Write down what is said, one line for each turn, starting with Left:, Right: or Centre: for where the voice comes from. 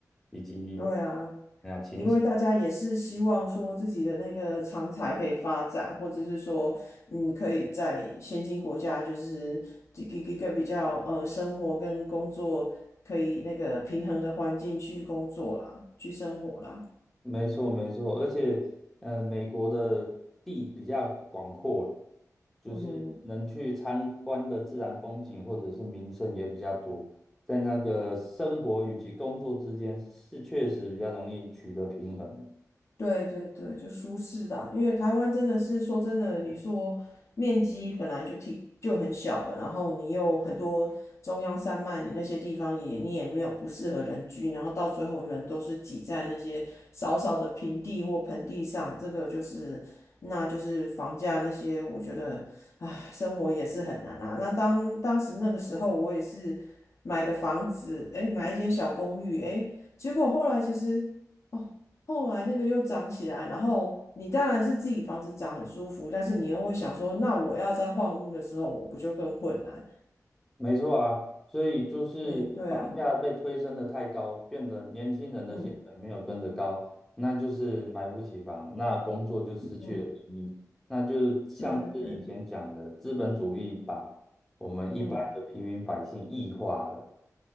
Centre: 以及
Left: 对啊，
Centre: 哎呀情形。
Left: 因为大家也是希望说自己的那个长才可以发展，或者是说，嗯，可以在先进国家就是一个一个比较呃生活跟工作可以那个平衡的环境去工作啦，去生活啦。
Centre: 没错，没错，而且呃，美国的地比较广阔，就是能去参观的自然风景或者是名胜也比较多，
Left: 嗯哼哼
Centre: 在那个生活以及工作之间是确实比较容易取得平衡。
Left: 对对对，就舒适的啊因为台湾真的是说真的，你说面积本来就挺就很小了，然后你又很多中央山脉，你那些地方也你也没有不适合人居，然后到最后人都是挤在那些少少的平地或盆地上，这个就是那就是房价那些，我觉得唉，生活也是很难啊。那当当时那个时候，我也是买个房子，诶，买一间小公寓，诶，结果后来其实。哦，后来那个又长起来，然后你当然是自己房子长很舒服，但是你又会想说，那我要再换屋的时候，我不就更困难？
Centre: 没错啊，所以就是房价被推升的太高，
Left: 哎，对啊，
Centre: 变得年轻人的薪水没有跟着高，
Left: 嗯
Centre: 那就是买不起房，那工作就失去了意义。
Left: 嗯，
Centre: 那就像是以前讲的，
Left: 对对对，
Centre: 资本主义把我们一般的平民百姓异化了，
Left: 嗯